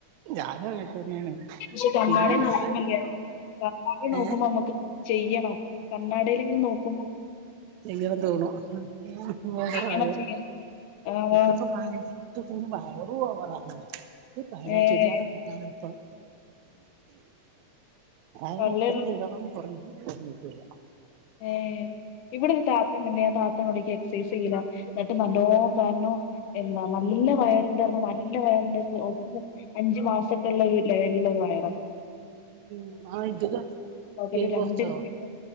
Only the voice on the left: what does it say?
പക്ഷെ കണ്ണാ
ടെ നോക്കുമ്പോല്ലേ
കണ്ണാടീ നോക്കുമ്പോ
നമ്മുക്ക് ചെയ്യണം കണ്ണാടേൽ ഇങ്ങനെ നോ <unintelligible>
ചെയ്യണം ചെയ്യണം ആഹ്
ഏഹ്
പള്ളേള്ളൂ
ഏ ഇവടൊരു താത്തണ്ടന്നേ ഞാൻ പറ അങ്ങോട്ടേക്ക് എക്സൈസ് ചെയ്ലാ ന്നട്ട് നല്ലോ കാരണോ എന്താ നല്ല വയറ് ഉണ്ടർന്നു നല്ല വയറ്ണ്ടാർന്നു <unintelligible> അഞ്ചു മാസ അല്ലേകി ലെങ്കിലും ഒരു വയറ
പകല്
രണ്ട്
നേരം